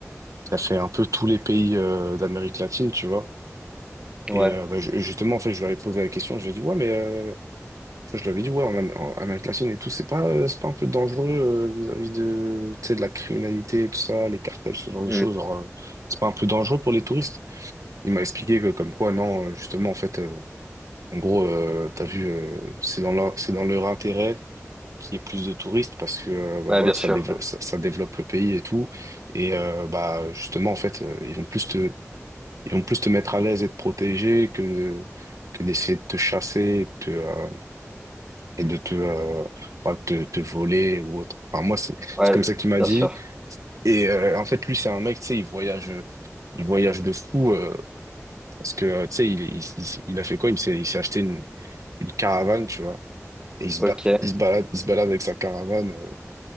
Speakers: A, on the right (about 90°); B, on the right (about 15°).
A: qui a fait un peu tous les pays euh, d'Amérique latine, tu vois.
B: ouais,
A: Et euh, bah, je- justement, en fait, je lui avais posé la question, je lui ai dit, ouais, mais euh, enfin, je lui avais dit, ouais, en, Am- en Amérique latine et tout, c'est pas, euh, c'est pas un peu dangereux euh, vis-à-vis de, tu sais, de la criminalité, tout ça, les cartels, ce genre de
B: Hmm.
A: choses. Genre, euh, c'est pas un peu dangereux pour les touristes. Il m'a expliqué que, comme quoi, non, euh, justement, en fait. euh, en gros, euh, t'as vu, euh, c'est dans leur, c'est dans leur intérêt qu'il y ait plus de touristes parce que euh, bah
B: Ouais,
A: voilà,
B: bien
A: ça
B: sûr,
A: développe,
B: ouais,
A: ça, ça développe le pays et tout. Et euh, bah justement, en fait, euh, ils vont plus te, ils vont plus te mettre à l'aise et te protéger que que d'essayer de te chasser et de te, euh, et de te, euh, bah, te, te voler ou autre. Enfin, moi, c'est
B: Ouais,
A: c'est comme ça qu'il m'a
B: bien
A: dit.
B: sûr,
A: Et euh, en fait, lui, c'est un mec, tu sais, il voyage, il voyage de fou euh, parce que, euh, tu sais, il, il, il, il a fait quoi? Il s'est il s'est acheté une, une caravane, tu vois. Et il se
B: ok.
A: bat, il se balade, il se balade avec sa caravane euh,